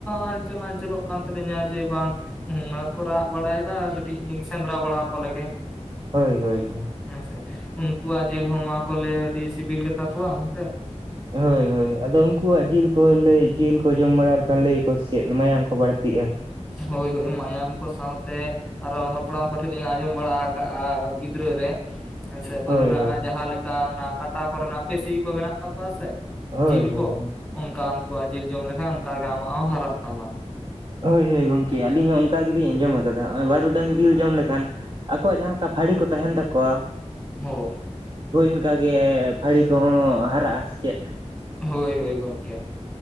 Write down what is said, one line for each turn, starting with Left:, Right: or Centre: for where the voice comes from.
Centre: ᱟᱧᱪᱚᱞ ᱟᱧᱪᱚᱞᱚᱜ ᱠᱟᱱ ᱛᱟᱹᱞᱤᱧᱟ ᱡᱮ ᱵᱟᱝ ᱩᱱᱟ‌. ᱜ ᱠᱚ ᱨᱟᱜ ᱵᱟᱲᱟᱭᱮᱫᱟ ᱠᱟᱹᱴᱤᱡ ᱞᱤᱧ ᱥᱮᱸᱫᱽᱨᱟ ᱵᱟᱲᱟ ᱟᱠᱚ ᱞᱮᱜᱮ ᱾
Right: ᱦᱳᱭ ᱦᱳᱭ ᱦᱳᱭ
Centre: ᱦᱮᱸᱥᱮ ᱩᱱᱠᱩᱣᱟᱜ ᱡᱤᱞ ᱦᱚᱸ ᱱᱚᱣᱟ ᱠᱚ ᱞᱟ. ᱭᱟ ᱟᱹᱰᱤ ᱥᱤᱵᱤᱞ ᱜᱮᱛᱟ ᱠᱚᱣᱟ ᱜᱚᱝᱠᱮ
Right: ᱦᱳᱭ ᱦᱳᱭ ᱟᱫᱚ ᱩᱱᱠᱩᱣᱟᱜ ᱡᱤᱞ ᱠᱚ ᱞᱟᱹᱭ ᱡᱤᱞ ᱠᱚ ᱡᱚᱢ ᱵᱟᱲᱟ ᱞᱮᱠᱷᱟᱱ ᱞᱟᱹᱭᱟᱠᱚ ᱥᱮᱪᱮᱫ ᱢᱟᱭᱟᱢ ᱠᱚ ᱵᱟᱹᱲᱛᱤᱜᱼᱟ
Centre: ᱦᱳᱭ ᱦᱳᱭ ᱢᱟᱭᱟᱝ ᱠᱚ ᱥᱟᱶᱛᱮ ᱟᱨᱚ ᱦᱟᱯᱲᱟᱢ ᱠᱚᱴᱷᱮᱱᱞᱤᱧ ᱟᱸᱡᱚᱢ ᱵᱟᱲᱟ ᱟᱠᱟᱜᱼᱟ ᱜᱤᱫᱽᱨᱟᱹ ᱨᱮ ᱦᱮᱸᱥᱮ ᱵᱟᱹᱨᱩᱰᱟᱝ
Right: ᱦᱳᱭ ᱦᱳᱭ
Centre: ᱟᱜ ᱡᱟᱦᱟᱸ ᱞᱮᱠᱟ ᱚᱱᱟ ᱠᱟᱴᱟ ᱠᱚᱨᱮᱱᱟᱜ ᱯᱮᱥᱤ ᱠᱚ ᱢᱮᱱᱟᱜ ᱛᱟᱠᱚᱣᱟ ᱥᱮ
Right: ᱦᱳᱭ
Centre: ᱡᱤᱞ ᱠᱚ
Right: ᱦᱳᱭ
Centre: ᱚᱱᱠᱟ ᱩᱱᱠᱩᱣᱟᱜ ᱡᱤᱞ ᱡᱚᱢ ᱞᱮᱠᱷᱟᱱ ᱚᱱᱠᱟᱜᱮ ᱟᱢᱟᱜ ᱦᱚᱸ ᱦᱟᱨᱟᱜ ᱛᱟᱢᱟ ᱾
Right: ᱦᱳᱭ ᱦᱳᱭ ᱜᱚᱝᱠᱮ ᱟᱹᱞᱤᱧ ᱦᱚᱸ ᱚᱱᱠᱟ ᱜᱮᱞᱤᱧ ᱟᱸᱡᱚᱢ ᱟᱠᱟᱫᱟ ᱱᱚᱜ ᱵᱟᱨᱩᱰᱟᱝ ᱡᱤᱞ ᱡᱚᱢ ᱞᱮᱠᱷᱟᱱ ᱟᱠᱚᱣᱟᱜ ᱡᱟᱦᱟᱸ ᱞᱮᱠᱟ ᱯᱷᱟᱹᱲᱤ ᱠᱚ ᱛᱟᱦᱮᱱ ᱛᱟᱠᱚᱣᱟ
Centre: ᱦᱳᱭ
Right: ᱦᱳᱭ ᱤᱱᱠᱟᱜᱮ ᱯᱷᱟᱹᱲᱤ ᱠᱚᱦᱚᱸ ᱦᱟᱨᱟᱜᱼᱟ ᱥᱮ ᱪᱮᱫ
Centre: ᱦᱳᱭ ᱦᱳᱭ ᱜᱚᱢᱠᱮ᱾